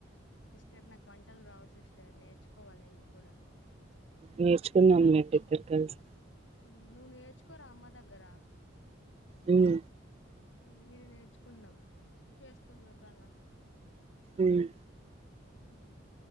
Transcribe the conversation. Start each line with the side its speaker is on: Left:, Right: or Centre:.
Left: సిస్టర్ నాకు వంటలు రావు సిస్టర్ నేర్చుకోవాలి నేను కూడ
Right: నేర్చుకుందాం లెండి ఇద్దరం కలిసి
Left: హు నువ్వు నేర్చుకోనిరా అమ్మ దగ్గరా
Right: అమ్
Left: హు మీరు నేర్చ్ కుందం చేసుకుందం ఎప్పుడన్నా
Right: ఉహ్
Left: హ్మ్